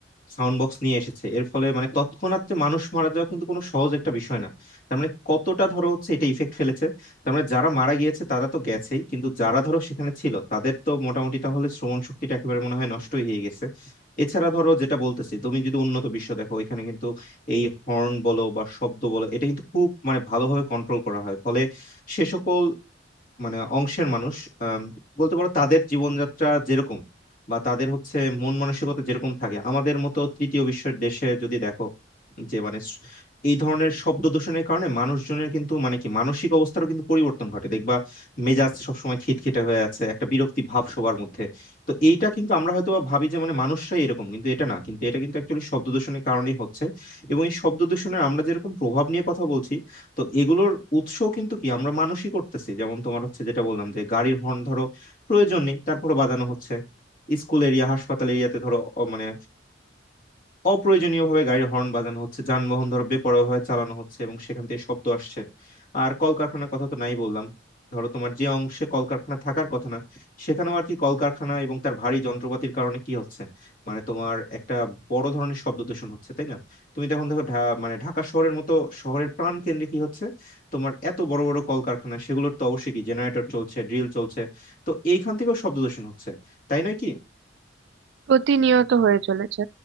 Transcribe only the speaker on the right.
প্রতিনিয়ত হয়ে চলেছে